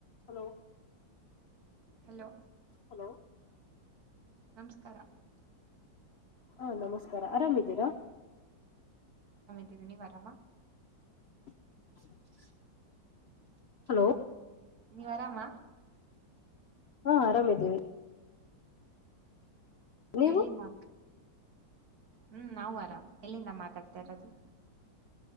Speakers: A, on the left (about 65°); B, on the right (about 55°).
A: ಹಲೋ
B: ಹಲೋ
A: ಹಲೋ
B: ನಮಸ್ಕಾರ
A: ಹಾ ನಮಸ್ಕಾರ ಆರಾಮಿದ್ದೀರಾ
B: ದವಿಿನಿ ವರಾಮ
A: ಹ ಹಲೋ
B: ನೀವ್ ಆರಾಮ
A: ಹಾ ಆರಾಮ ಇದೀವಿ ನೀವು
B: ಎಲ್ಲಿಿನ ಹ್ಮ್ ನಾವು ಆರಾಾಮ್ ಎಲ್ಲಿಂದ ಮಾತಾಡ್ತಾ ಇರೋದು